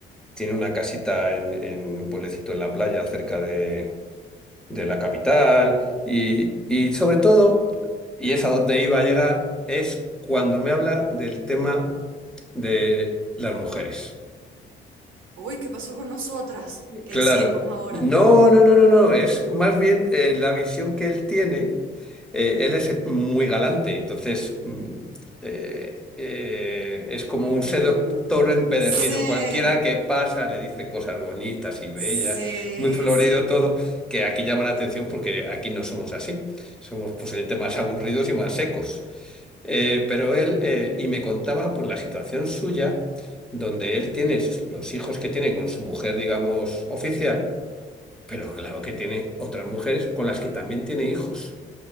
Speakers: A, in the centre; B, on the right.
A: tiene una casita en, en un pueblecito en la playa cerca de, de la capital y, y sobre todo, y es a donde iba a llegar, es cuando me habla del tema de las mujeres.
B: Uy, ¿qué pasó con nosotras? ¿Qué
A: Claro.
B: hicimos ahora?
A: No, no, no, no, no. Es más bien eh, la visión que él tiene. eh, él es muy galante, entonces mm, eh, eh, es
B: Mm,
A: como un seductor empedernido.
B: sí,
A: Cualquiera que pasa le dice cosas bonitas y bellas,
B: sí,
A: muy florido
B: sí.
A: todo, que aquí llama la atención porque aquí no somos así. Somos posiblemente más aburridos y más secos. Eh, pero él, eh, y me contaba por la situación suya, donde él tiene los hijos que tiene con su mujer, digamos, oficial, pero claro que tiene otras mujeres con las que también tiene hijos.